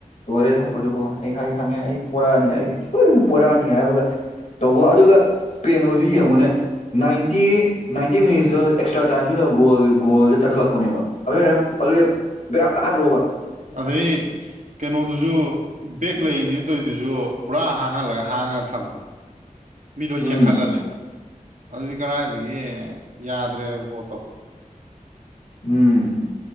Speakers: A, on the left; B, on the right.
A: ꯂ‌ꯣꯏꯔꯦꯗꯟ ꯄ‌ꯣꯔꯇꯨꯒ‌ꯣꯜ ꯑꯩ ꯈꯪ ꯑꯩ ꯈꯪꯉꯦ ꯑꯩ ꯄꯣꯔꯛꯑꯅꯤ ꯑꯩ ꯁꯣꯏꯗꯅ ꯄꯣꯔꯛꯑꯅꯤ ꯍꯥꯏꯕꯒ ꯇꯧꯕ ꯑꯗꯨꯒ ꯁ꯭ꯄꯦꯟ ꯍꯣꯏꯁꯨ ꯌꯦꯡꯉꯨꯅꯦ ꯅꯥꯏꯟꯇꯤ ꯅꯥꯏꯟꯇꯤ ꯃꯤꯅꯤꯠꯁꯇ ꯑꯦꯛꯁꯇ꯭ꯔꯥ ꯇꯥꯏꯝꯗꯨꯅ ꯒ‌ꯣꯜ ꯒꯣꯜꯗꯨ ꯆꯠꯈꯠꯂꯛꯄꯅꯦꯕ ꯑꯗꯨ ꯑꯗꯨꯗꯤ ꯕꯦꯔꯥ ꯀꯥꯗ꯭ꯔꯣꯕ
B: ꯑꯕꯤ ꯀꯩꯅꯣꯗꯨꯁꯨ ꯕꯦꯛ ꯂꯩꯅꯦ ꯇꯧꯔꯤꯗꯨꯁꯨ ꯄꯨꯔꯥ ꯍꯥꯡꯍꯜꯂꯒ ꯍꯥꯡꯉ ꯊꯝꯃꯦ ꯃꯤ ꯂꯣꯏ
A: ꯎꯝ
B: ꯆꯦꯟꯈꯠꯍꯜꯂꯦ ꯑꯗꯨꯗꯤ ꯀꯔꯥꯏꯗꯒꯤ ꯌꯥꯗ꯭ꯔꯦꯕ ꯄꯣꯠꯇꯣ
A: ꯎꯝ